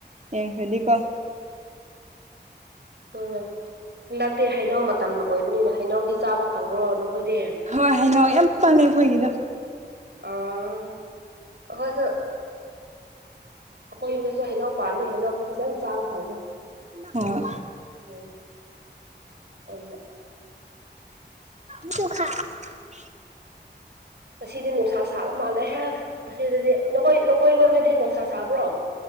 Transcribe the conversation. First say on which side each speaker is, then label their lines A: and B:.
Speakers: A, on the right (about 40°); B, on the right (about 65°).
A: ꯌꯦꯡꯈꯗꯤꯀꯣ
B: ꯍ ꯂꯥꯛꯇꯦ ꯍꯩꯅꯧ ꯃꯇꯝ ꯑꯣꯏꯕꯅꯤꯅ ꯍꯩꯅꯧꯗꯤ ꯆꯥꯕ ꯐꯪꯕ꯭ꯔꯣ ꯅꯈꯣꯏꯗꯤ
A: ꯀ ꯍꯥꯏꯅ ꯌꯥꯝ ꯄꯥꯜꯂꯦ ꯑꯩꯈꯣꯏꯒꯤꯗꯣ
B: ꯑꯥ ꯍꯁ ꯑꯩꯈꯣꯏꯅꯁꯨ ꯍꯩꯅꯎ ꯄꯥꯜ ꯂꯩꯣꯏ ꯍꯅꯥꯎꯗꯨ ꯐꯖꯅ ꯆꯥꯕ ꯐꯪꯉꯦ
A: ꯍꯣꯏ
B: ꯎꯝ ꯎ <unintelligible> <inaudible>
A: ꯇ ꯍꯥꯏꯥꯏ <unintelligible> <inaudible>
B: ꯉꯁꯤꯗꯤ ꯅꯨꯡꯁꯥ ꯁꯥꯕ ꯃꯥꯜꯂꯦꯍꯦ ꯑꯁꯤꯗꯗꯤ ꯅꯈꯣꯏ ꯅꯈꯣꯏꯔꯣꯝꯗꯗꯤ ꯅꯨꯡꯁꯥ ꯁꯥꯕ꯭ꯔꯣ